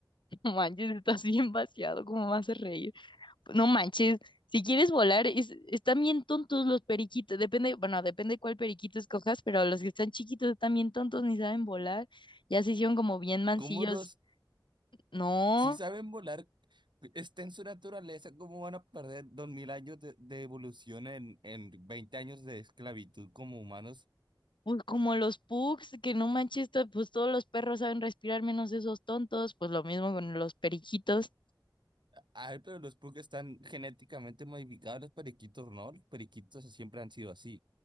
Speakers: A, on the left; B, on the right.
A: no manches, estás bien vaciado, ¿cómo me haces reír? No manches, si quieres volar, es- están bien tontos los periquitos. Depende, bueno, depende cuál periquito escojas, pero los que están chiquitos están bien tontos, ni saben volar. Ya se hicieron como bien mancillos.
B: ¿Cómo los
A: No,
B: Si saben volar, está en su naturaleza, ¿cómo van a perder 2000 años de, de evolución en, en 20 años de esclavitud como humanos?
A: pues como los pugs, que no manches, to- pues todos los perros saben respirar menos esos tontos. Pues lo mismo con los periquitos.
B: Ay, pero los Pug están genéticamente modificados, los periquitos no, los periquitos siempre han sido así.